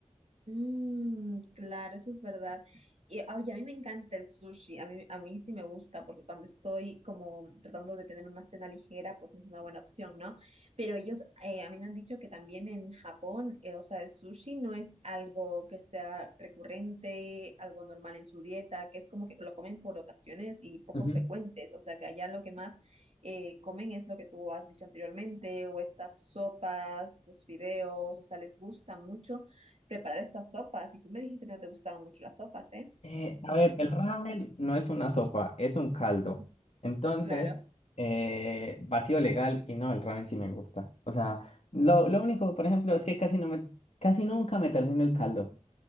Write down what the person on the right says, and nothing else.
Mm, claro, eso es verdad. Y oye, a mí me encanta el sushi, a mí, a mí sí me gusta porque cuando estoy como tratando de tener una cena ligera, pues es una buena opción, ¿no? Pero ellos, eh, a mí me han dicho que también en Japón, eh, o sea, el sushi no es algo que sea recurrente, algo normal en su dieta, que es como que lo comen por ocasiones y poco
frecuentes, o sea, que allá lo que más eh, comen es lo que tú has dicho anteriormente, o estas sopas, estos fideos, o sea, les gusta mucho preparar estas sopas. Y tú me dijiste que no te gustaban mucho las sopas, ¿eh?
Ujú.
Claro.